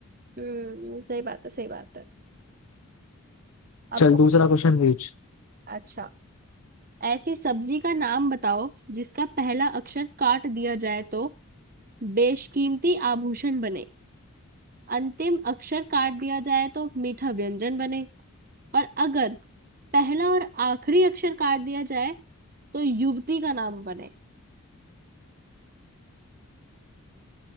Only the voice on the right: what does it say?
हम्म सही बात है सही बात है आपको
अच्छा ऐसी सब्जी का नाम बताओ जिसका पहला अक्षर काट दिया जाए तो बेशकीमती आभूषण बने अंतिम अक्षर काट दिया जाए तो मीठा व्यंजन बने और अगर पहला और आखिरी अक्षर काट दिया जाए तो युवती का नाम बने